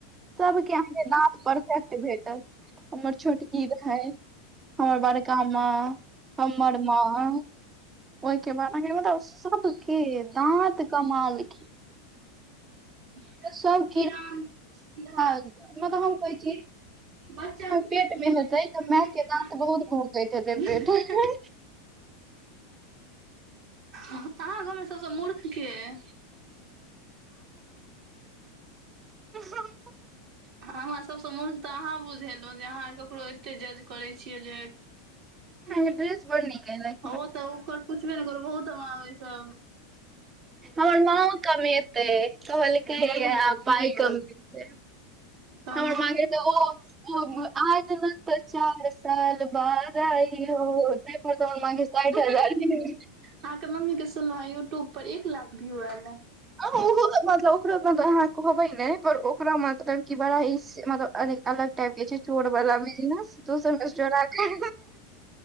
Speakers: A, on the right; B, on the right.
A: सबके अहाँके दाँत परफेक्ट भेटत हमर छोटकी की रहै हमर बड़का माँ हम्मर माँ ओहिके बाद एकर मतलब सबके दाँत कमाल के
B: लस
A: सब
B: किरान सीधा
A: मतलब
B: मगर
A: हम
B: कहे
A: कहै
B: छी बच्चा मे पे
A: पेट
B: <inaudible>
A: हेतै
B: <inaudible>
A: तऽ माय के दाँत बहुत भोकैत हेतै पेट मे
B: अहाँ गाँव मे सब सॅं मूर्ख के अइ?
A: <inaudible>
B: हमरा सभ सँ मूर्ख तऽ अहाँ बुझेलौं जे अहाँ ककरो एते जज करै छियै जे <unintelligible>
A: ड्रेस बड़ नीक अय
B: हॅं ओ तऽ ओकर पुछबे ने करू बहुत हमरा ओइसे
A: हमर माँओ कमेतै कहलकैए पाइ कम हँ
B: अहाँके
A: हमर मां के तऽ ओ ओ आज न तऽ चार साल बाद आइौ <inaudible> कर साठि हजार <unintelligible>
B: अहाँ के मम्मी के सुनलहु ए यूट्यूब पर एक लाख व्यू एयल ए।
A: अहूं ओहो मतलब ओकरो मतलब अहाँ कहबै नै पर ओकरा मतलब कि बड़ा ई स मतलब अलग- अलग टाइप के छै चोर बला बिजनेस दोसर से चोरा के